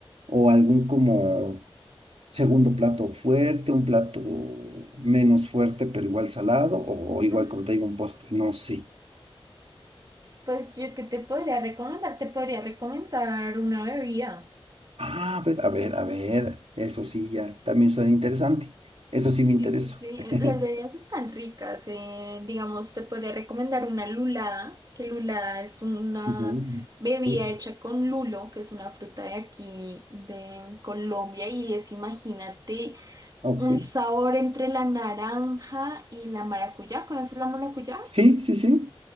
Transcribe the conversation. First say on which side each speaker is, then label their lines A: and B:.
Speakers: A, on the right (about 80°); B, on the right (about 40°).
A: o algún como segundo plato fuerte, un plato menos fuerte, pero igual salado o, o igual
B: Mm,
A: contigo un postre? No sé.
B: Pues yo, ¿qué te podría recomendar? Te podría recomendar una bebida.
A: Ah, a ver, a ver, a ver. Eso sí, ya, también suena interesante. Eso sí me interesa.
B: Sí, sí, sí.
A: <laughs>
B: Eh, Las bebidas están ricas. eh, Digamos, te podría recomendar una lulada, que lulada es una
A: Ujú,
B: bebida
A: Ok.
B: hecha con lulo, que es una fruta de aquí, de Colombia, y es, imagínate,
A: ok.
B: un sabor entre la naranja y la maracuyá. ¿Conoces la maracuyá?
A: Sí, sí, sí.